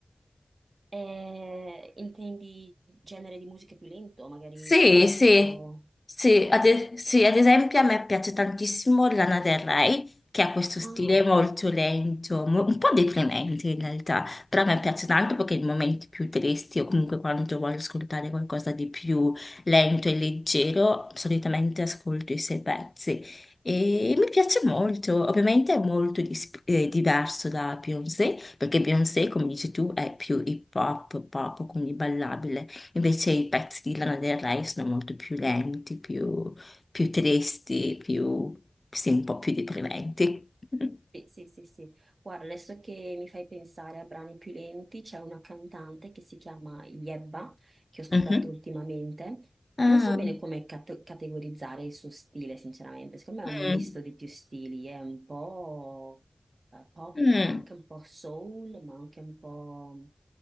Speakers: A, on the right; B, on the left.
A: Eh, intendi genere di musica più lento, magari
B: Sì, sì,
A: tipo...
B: sì,
A: Oh,
B: ad, e- sì, ad esempio a me piace tantissimo Lana Del Rey, che ha questo stile
A: ah,
B: molto lento, mo- un po' deprimente in realtà, però a me piace
A: mhm.
B: tanto perché in momenti più tristi o comunque quando voglio ascoltare qualcosa di più lento e leggero, solitamente ascolto i suoi pezzi e mi piace molto, ovviamente è molto dis- eh, diverso da Beyoncé, perché Beyoncé, come dici tu, è più hip hop, pop, quindi ballabile. Invece i pezzi di Lana Del Rey sono molto più lenti, più, più tristi, più, sì, un po' più deprimenti. <laughs>
A: Sì, sì, sì, sì. Guarda, adesso che mi fai pensare a brani più lenti, c'è una cantante che si chiama Yebba, che ho scoperto
B: Mhm.
A: ultimamente.
B: Ah,
A: Non so bene come cate- categorizzare il suo stile, sinceramente. Secondo me
B: mm,
A: è un misto di più stili, è un po' eh, pop,
B: mm,
A: ma anche un po' soul, ma anche un po'